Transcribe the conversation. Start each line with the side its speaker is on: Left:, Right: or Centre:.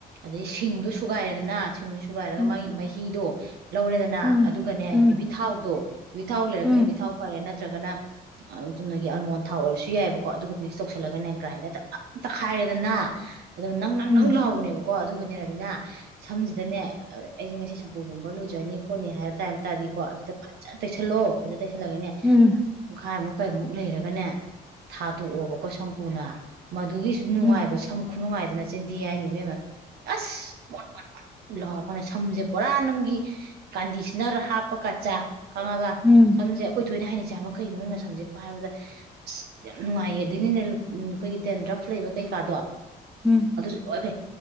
Right: ꯑꯗꯩ ꯁꯤꯡꯗꯣ ꯁꯨꯒꯥꯏꯔꯦꯗꯅ ꯁꯤꯡ ꯊꯨꯒꯥꯏꯔꯒ
Centre: ꯎꯝ
Right: ꯃꯥꯒꯤ ꯃꯍꯤꯗꯣ ꯂꯧꯧꯔꯗ
Centre: ꯎꯝ
Right: ꯑꯗꯨꯒꯅꯦ
Centre: ꯎꯝ
Right: ꯌꯨꯕꯤ ꯊꯥꯎꯗꯣ ꯕꯤꯊꯥꯎ ꯂꯩꯔꯒꯅꯤ
Centre: ꯎꯝ
Right: ꯕꯤꯊꯥꯎ ꯐꯔꯦ ꯅꯠꯇ꯭ꯔꯒꯅ ꯆꯨꯝꯅꯒꯤ ꯑꯜꯃꯣꯟ ꯊꯥꯎ ꯑꯣꯏꯔꯁꯨ ꯌꯥꯏꯑꯕꯀꯣ ꯑꯗꯨꯒ ꯃꯤꯛꯁ ꯇꯧꯁꯜꯂꯒꯅꯦ ꯒ꯭ꯔꯥꯏꯟꯗꯔꯗ ꯑ ꯇꯛꯈꯥꯏꯔꯦꯗꯅ ꯑꯗꯨꯒ ꯅꯪ ꯅꯪ
Centre: ꯎꯝ
Right: ꯅꯪ ꯂꯥꯛꯕꯅꯦꯕ ꯀꯣ ꯑꯗꯨꯒꯅꯦ ꯔꯥꯕꯤꯅꯥ ꯁꯝꯁꯤꯗꯅꯦ ꯑꯩꯁꯦ ꯉꯁꯤ ꯁꯝꯄꯨꯒꯨꯝꯕ ꯂꯨꯖꯅꯤ ꯍꯣꯅꯦ ꯍꯥꯏꯕ ꯇꯥꯏꯕ ꯇꯔꯗꯤꯀꯣ ꯑꯗꯨ ꯐꯖ ꯇꯩꯁꯜꯂꯣ ꯐꯖ ꯇꯩꯁꯜꯂꯒꯅꯦ
Centre: ꯎꯝ
Right: ꯄꯨꯡꯈꯥꯏꯃꯨꯛ ꯀꯩꯃꯨꯛ ꯂꯩꯔꯒꯅꯦ ꯊꯥ ꯇꯣꯛꯑꯣꯕꯀꯣ ꯁꯝꯄꯨꯅ ꯃꯗꯨꯒꯤꯁꯨ ꯅꯨꯡꯉꯥꯏꯕ
Centre: ꯎꯝ
Right: ꯁꯝ ꯈꯨꯅꯨꯡꯉꯥꯏꯗꯅ ꯆꯦꯟꯊꯤ ꯍꯥꯏꯅꯤꯕꯦꯝꯃ ꯑꯁ ꯂꯧꯔꯈꯅꯦ ꯁꯝꯁꯦ ꯄꯨꯔꯥ ꯅꯪꯒꯤ ꯀꯟꯗꯤꯁꯅꯔ ꯍꯥꯞꯄ ꯀꯠꯆꯥꯥ ꯈꯪꯉꯕ
Centre: ꯎꯝ
Right: ꯁꯝꯁꯦ ꯑꯩꯈꯣꯏ ꯊꯣꯏꯅ ꯍꯥꯏꯅꯤꯁꯤ ꯄꯁꯆꯥ ꯃꯈꯩꯅ ꯅꯪꯅ ꯁꯝꯁꯦꯄꯥꯏ ꯍꯥꯏꯕꯗ ꯑꯁ ꯌꯥꯝ ꯅꯨꯡꯉꯥꯏꯌꯦ ꯑꯗꯨꯏꯅꯤꯅꯦ ꯑꯩꯈꯣꯏꯒꯤ ꯗꯦꯟ ꯗ꯭ꯔꯐ ꯂꯩꯕ ꯀꯩꯀꯥꯗꯣ
Centre: ꯎꯝ
Right: ꯑꯗꯨꯁꯨ ꯂ ꯐ